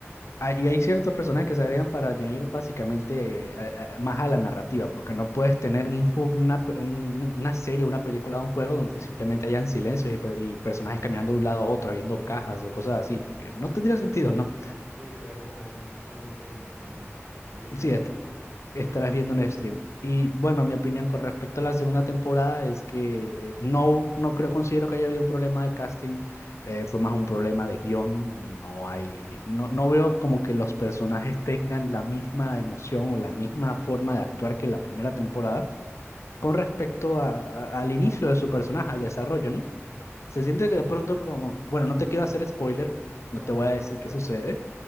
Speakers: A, on the left; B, on the right.
A: ah, y hay ciertos personajes que se agregan para añadir básicamente eh, a- a- más a la narrativa, porque no puedes tener un ju- una, pe- un- una serie, una película, un juego donde simplemente hayan silencios y, per- y personajes caminando de un lado a otro, abriendo cajas o cosas así, porque no tendría sentido, ¿no?
B: sí, sería como un, un stream en, en Twitch
A: Sí,
B: o
A: este,
B: algo así.
A: estarás viendo un stream. Y bueno, mi opinión con respecto a la segunda temporada es que eh, no, no creo, considero que haya habido un problema de casting, eh, fue más un problema de guión, no hay, no, no veo como que los personajes tengan la misma emoción o la misma forma de actuar que la primera temporada con respecto a- a- al inicio de su personaje, al desarrollo, ¿no? Se siente
B: O sea,
A: que de pronto como, bueno, no te quiero hacer spoiler,
B: No,
A: no te
B: no
A: voy
B: te preocupes,
A: a decir qué sucede